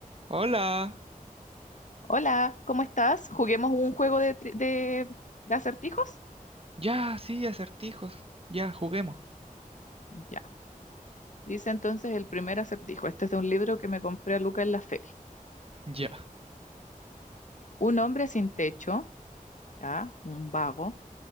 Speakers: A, on the right; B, on the left.
A: Hola.
B: Hola, ¿cómo estás? ¿Juguemos un juego de, tri- de, de acertijos?
A: Ya, sí, acertijos. Ya, juguemos.
B: Ya. Dice entonces el primer acertijo. Este es de un libro que me compré a Luca en la feria.
A: Ya.
B: Un hombre sin techo, ya, un vago,